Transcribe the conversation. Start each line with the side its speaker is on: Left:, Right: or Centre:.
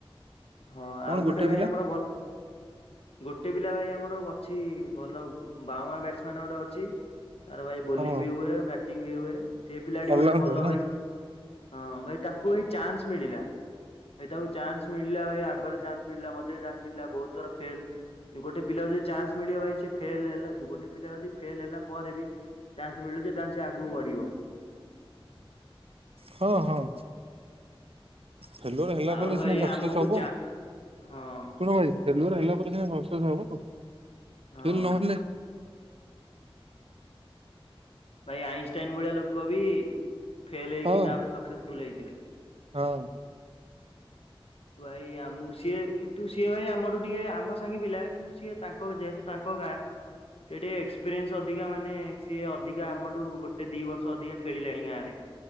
Left: ହଁ
Right: କଣ
Left: ଆଉ ଗୋଟେ ଭାଇ
Right: ପିଲା
Left: ଆମର ଭଲ ଗୋଟେ ପିଲା ଭାଇ ଆମର ଅଛି ଭଲ ବାଉଆ ବ୍ୟାଟସମ୍ୟାନ ଗୋଟେ ଅଛି। ତାର ଭାଇ ବୋଲିଂ
Right: ହଁ
Left: ବି ହୁଏ। ବ୍ୟାଟିଙ୍ଗ ବି ହୁଏ। ସେଇ ପିଲାଟି
Right: ଅଲରାଉଣ୍ଡର
Left: ଗୋଟେ ଭଲ
Right: ନାଇଁ
Left: ଭାଇ ହଁ ଭାଇ ତାକୁ ଏଇ ଚାନ୍ସ ମିଳିଲା। ଏ ତାକୁ ଚାନ୍ସ ମି ପିଲା ଭାଇ ଆଗରେ ଚାନ୍ସ ମିଳିଲା, ମତେବି ଚାନ୍ସ ମିଳିଲା ବହୁତ ଥର ଫେଲ ଗୋଟେ ପିଲା ଯଦି ଚାନ୍ସ ମିଳିବ ଭାଇ ସେ ଫେଲ ହେଲା। ଗୋଟେ ପିଲା ଯଦି ଫେଲ ହେଲା ପରେ ବି ଚାନ୍ସ ମିଳୁଛି ତାହାଲେ ସିଏ ଆଗକୁ ବଢିବ।
Right: ହଁ ହଁ। ଫେଲୁଅର୍ ହେଲା
Left: ଆଉ
Right: ବୋଲି
Left: ଭାଇ
Right: ସିନା ସକ୍ସେସ୍
Left: ଆମକୁ
Right: ହବ।
Left: ଚା ହଁ
Right: ଶୁଣ ଭାଇ ଫେଲର
Left: ଆଉ ଭାଇ
Right: ହେଲା ପରେ ସିନା ସକ୍ସେସ ହବ,
Left: ହଁ
Right: ଫେଲ ନହେଲେ
Left: ଭାଇ ଆଇନଷ୍ଟାଇନ ଭଳିଆ ଲୋକ ବି ଫେଲ ହେଇକି
Right: ହଁ
Left: ତାପରେ ସକ୍ସେସଫୁଲ ହେଇଥିଲେ।
Right: ହଁ।
Left: ଭାଇ ଆମ ସିଏ କିନ୍ତୁ ସିଏ ଭାଇ ଆମରୁ ଟିକେ ଆମ ସାଙ୍ଗେ ପିଲା କିନ୍ତୁ ସିଏ ତାଙ୍କ ଯେହେତୁ ତାଙ୍କ ଗାଁ ସେ ଟିକେ ଏକ୍ସପିରିଏନ୍ସ ଅଧିକା ମାନେ ସିଏ ଅଧି କା ଆମଠୁ ଗୋଟେ ଦି ବର୍ଷ ଅଧିକା ଖେଳିଲାଣି ଗାଁରେ।